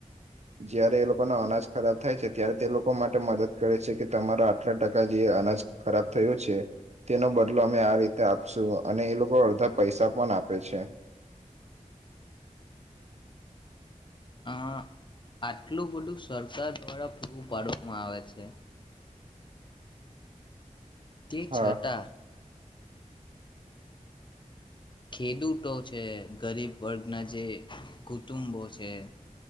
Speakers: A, on the right; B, on the left.
A: જયારે એ લોકોના અનાજ ખરાબ થાય છે ત્યારે તે લોકો માટે મદદ કરે છે કે તમારા આટલા ટકા જે અનાજ ખરાબ થયયો છે તેનો બદલો અમે આ રીતે આપશું અને એ લોકો અડધા પૈસા પણ આપે છે.
B: આ આટલું બધું સરકાર દ્વારા પૂરું પાડવામાં આવે છે. તે
A: હા
B: છતાં ખેડૂતો છે. ગરીબ વર્ગના જે કુટુંબો છે.